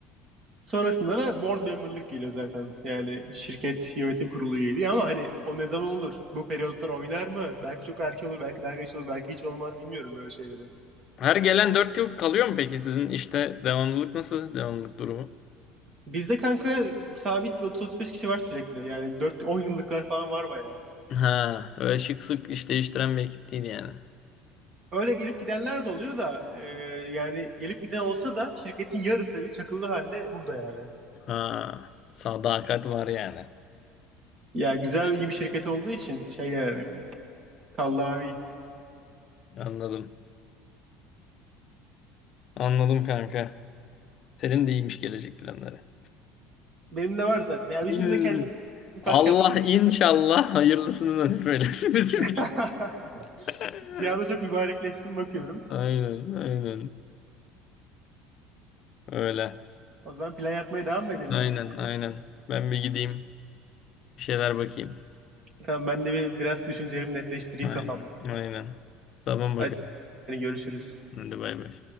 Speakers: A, on the right; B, on the left.
A: Sonrasında da board member'lık geliyor zaten. Yani şirket yönetim kurulu üyeliği ama hani o ne zaman olur? Bu periyotlar oynar mı? Belki çok erken olur, belki daha geç olur, belki hiç olmaz bilmiyorum böyle şeyleri.
B: Her gelen dört yıl kalıyor mu peki sizin işte devamlılık nasıl? Devamlılık durumu?
A: Bizde kanka sabit bir 30-35 kişi var sürekli. Yani dört on yıllıklar falan var bayağı.
B: Ha, öyle şık sık iş değiştiren bir ekip değil yani.
A: Öyle gelip gidenler de oluyor da e, yani gelip giden olsa da şirketin yarısı bir çakıllı halde burada yani.
B: Ha, sadakat var yani.
A: Ya güzel iyi bir şirket olduğu için şey yani kallavi.
B: Anladım. Anladım kanka. Senin de iyiymiş gelecek planları.
A: Benim de var zaten. Ya bizim
B: İn-
A: de kendimiz ufak
B: Allah
A: çaplı bir şey.
B: inşallah hayırlısını nasip eylesin bizim
A: <laughs>
B: için. <laughs>
A: Bir anda çok mübarekleştim bakıyorum.
B: Aynen, aynen. Öyle.
A: O zaman plan yapmaya devam mı edelim
B: Aynen,
A: gidip?
B: aynen. Ben bir gideyim. Bir şeyler bakayım.
A: Tamam ben de bir, biraz düşüncelerimi netleştireyim
B: Aynen,
A: kafamda.
B: aynen. Tamam bakalım.
A: Hadi hani görüşürüz.
B: Hadi bay bay.